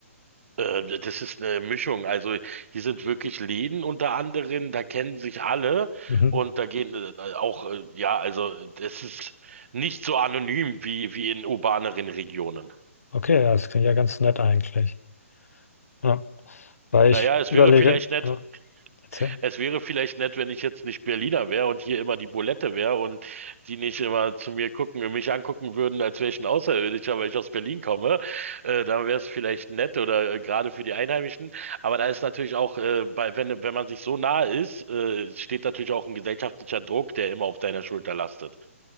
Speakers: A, on the right; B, on the left.
A: Äh, Das ist eine Mischung. Also hier sind wirklich Läden unter anderem, da kennen sich alle
B: Mhm.
A: und da gehen äh, äh, auch, äh, ja, also das ist nicht so anonym wie, wie in urbaneren Regionen.
B: Okay, ja, das klingt ja ganz nett eigentlich. Ja. Weil
A: Naja,
B: ich
A: es
B: überlege,
A: wäre vielleicht nett,
B: ja, erzähl.
A: Es wäre vielleicht nett, wenn ich jetzt nicht Berliner wäre und hier immer die Bulette wäre und die nicht immer zu mir gucken und mich angucken würden, als wäre ich ein Außerirdischer, weil ich aus Berlin komme. Äh, da wäre es vielleicht nett oder äh, gerade für die Einheimischen. Aber da ist natürlich auch, äh, bei, wenn, wenn man sich so nah ist, äh, steht natürlich auch ein gesellschaftlicher Druck, der immer auf deiner Schulter lastet.